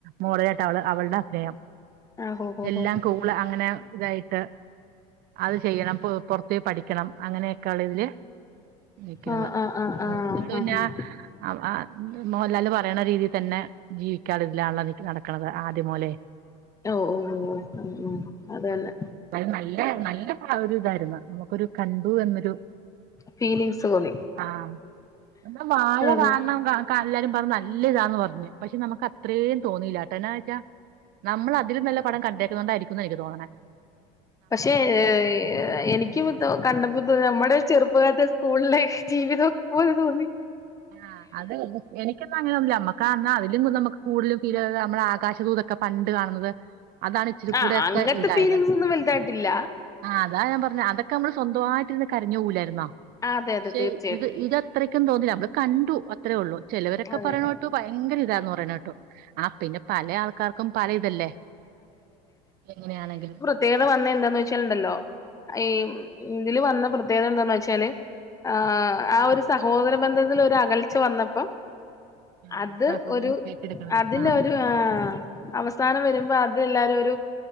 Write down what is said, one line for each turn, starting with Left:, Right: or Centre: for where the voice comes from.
Right: മോഡലായിട്ട അവള് അവളുടെ അഫ്നയം
Left: ആഹ് ഹോ ഹോ
Right: എല്ലാം
Left: ഹോ
Right: കു ള് അങ്ങനെ ഇതായിട്ട് അത് ചെയ്യണം പ് പൊർത്തോയി പഠിക്കണം അങ്ങനെക്കള്ളതില് നിക്ക്ണത്
Left: ആഹ് ആഹ് ആഹ്
Right: മൂത്തോള്
Left: ആഹ്
Right: പിന്നെ
Left: ആഹ്
Right: അവളാത് മോഹല്ലാല് പറയ്ണ രീതി തന്നെ ജീവിക്കാള്ളതിലാള്ളദിക്ക് നടക്ക്ണത് ആദ്യം മൊതലേ
Left: ഓഹ് ഓഹ് ഓഹ് ഓഹ് ഉം ഉം അതെന്നെ
Right: അത് നല്ല നല്ല ഒരു ഇതായിരുന്നു നമുക്കൊരു കണ്ടു എന്നൊരു
Left: ഫീലിങ്സ് തോന്നി
Right: ആഹ് എന്താ വഴ
Left: അതെ
Right: കാണണം
Left: അതെ
Right: കാ ക്ക എല്ലാരും പറഞ്ഞു നല്ലതാന്ന് പറഞ് പക്ഷേ നമുക്ക് അത്രേം തോന്നിയില്ല ട്ടോ എന്നാന്ന് വെച്ചാ നമ്മള് അതിലും നല്ല പടം കണ്ടേക്കുന്നോണ്ടായിരിക്കുംന്നാ എനിക്ക് തോന്ന്ണെ
Left: പക്ഷെ ഏഹ് ഏഹ് എനിക്ക് ക്ക്പ്പെന്തോ കണ്ടപ്പോ തോന്നി നമ്മുടെ ചെറുപ്പകാലത്തെ സ്കൂളിലേ ജീവിതം പോലെ തോന്നി
Right: ആഹ് അത് എനിക്കൊന്നും അങ്ങനൊന്നൂല്ല നമ്മക്കാ അന്നാ അതിലും നമക്ക് കൂടുതലും ഫീലായത് നമ്മളെ ആകാശദൂത് ക്കെ പണ്ട് കാണുന്നത് അതാണ് ഇച്ചിരി
Left: ആഹ്
Right: കൂടെയൊക്കെ
Left: അങ്ങനത്തെ
Right: ഇതായത്
Left: ഫീലിംഗ്സ് ഒന്നും വലുതായിട്ടില്ല
Right: ആഹ് അതാ ഞാൻ പറഞ്ഞെ അതൊക്കെ നമ്മള് സ്വന്തവായിട്ടിരുന്ന് കരഞ്ഞു പോവൂലാര്ന്നോ
Left: അതെ അതെ
Right: പക്ഷെ
Left: തീർച്ചയായിട്ടും
Right: ഇത് ഇത ത്രയ്ക്കും തോന്നില്ല നമ്മള് കണ്ടു അത്രേ ഒള്ളൂ ചെലവരൊക്കെ
Left: അതെ
Right: പറയ്ണ
Left: അതെ
Right: കേട്ടു ഭയങ്കര ഇതാന്ന് പറയ്ണ കേട്ടു ആഹ് പിന്നെ പലേ ആൾ ക്കാർക്കും പലേ ഇതല്ലേ എങ്ങനെയാണെങ്കിലും
Left: ത്യേകത വന്നാ എന്താന്ന് വെച്ചാലുണ്ടല്ലോ ഈ ഇതില് വന്ന പ്രത്യേകത എന്താന്ന് വെച്ചാല് ആഹ് ആ ഒരു സഹോദര ബന്ധത്തിൽ ഒരകൽച്ച വന്നപ്പം
Right: ആ
Left: അത്
Right: സഹോദരൻ
Left: ഒരു
Right: ഏറ്റെടുക്കണത്
Left: അതിനൊരു
Right: ആ
Left: ആഹ് അവസാനം വരുമ്പോ അത് എല്ലാരും ഒരു